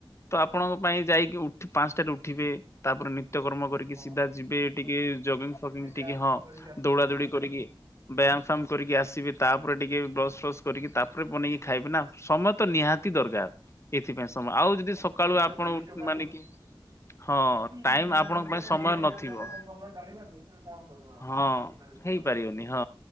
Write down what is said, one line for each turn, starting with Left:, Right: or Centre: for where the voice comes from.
Left: ତ ଆପଣଙ୍କ ପାଇଁ ଯାଇକି ପାନ୍‌ଷ୍ଟା ରେ ଉଠିବେ। ତା'ପରେ ନିତ୍ୟ କର୍ମ
Right: ହଁ
Left: ସିଦା ଯିବେ, ଟିକେ ଜଗିଙ୍ଗ୍ ଫଗିଙ୍ଗ୍
Right: ଏ ବ୍ୟାୟାମ
Left: ଟିକେ
Right: ଫ୍ୟାମ
Left: ହଁ
Right: କରିକି ଆସିବେ
Left: ଦୌଡ଼ା
Right: ନାଇଁ
Left: ଦୌଡ଼ି
Right: କି?
Left: କରିକି। ବ୍ୟାୟାମ୍ ଫ୍ୟାମ୍ କରିକି ଆସିବେ, ତା'ପରେ ଟିକେ ବ୍ରସ୍ ଫ୍ରସ୍ କରିକି ତା'ପରେ ବନେଇକି ଖାଇବି ନା। ସମୟ ତ ନିହାତି ଦରକାର୍, ଏଥିପାଇଁ ସମୟ ଆଉ ଯଦି
Right: ତମ
Left: ସକାଳୁ
Right: ନି- ନିଜ
Left: ଆପଣ
Right: ପାଇଁ ନିଜ
Left: ଉ
Right: ପାଇଁ ହଁ।
Left: ହଁ,
Right: ହୁଁ
Left: ଟାଇମ୍
Right: ନିଜ
Left: ଆପଣଙ୍କ
Right: ସ୍ୱାସ୍ଥ୍ୟ ପାଇଁ
Left: ସମୟ ନଥିବ।
Right: ଯଦି ଆମେ କଣ ସମୟ କାଢିବାନି ତେବେ କଣ କରିବା ଆକ୍ଚୁଆଲି
Left: ହଁ,
Right: ସେଟା ବି
Left: ହେଇ
Right: ସତ
Left: ପାରିବନି
Right: କଥା।
Left: ହଁ।